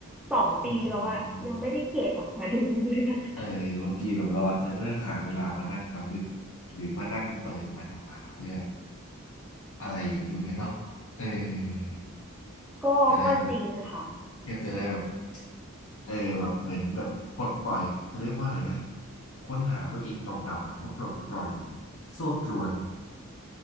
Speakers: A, in the centre; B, on the left.
A: สองปีแล้วอะยังไม่ได้แกะออกมา
B: อืม
A: <laughs> ดูเลยสัก
B: เออบางทีแบบเราอาจจะต้องหาเวลามานั่งรำลึกหรือมานั่งเปิดมันออกมาเพื่ออะไรอย่างนี้เหมือนกันเนาะเออ
A: ก็ก็จริงค่ะ
B: จะได้แบบ ก็จะได้แบบเออแบบเหมือนแบบปลดปล่อยจะเรียกว่าอะไรนะค้นหาตัวเองเก่าๆหรือว่าปลดปล่อยโซ่ตรวน